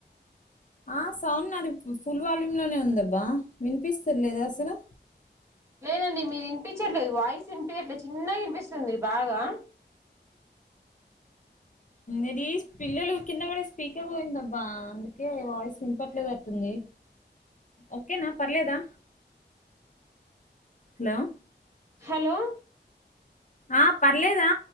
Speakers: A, on the left; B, on the right.
A: ఆ సౌండ్ నాది ఫుల్ వాల్యూమ్ లోనే ఉందబ్బా వినిపిస్తా లేదా అసలు
B: లేదండి మీది వినిపించట్లేదు వాయిస్ వినిపియ్యట్లేదు చిన్నగా వినిపిస్తుంది బాగా
A: అది పిల్లలు కింద పడేసి స్పీకర్ పోయిందబ్బా అందుకే వాయిస్ వినపడలేనట్లుంది ఓకేనా పర్లేదా హలో
B: హలో
A: ఆ పర్లేదా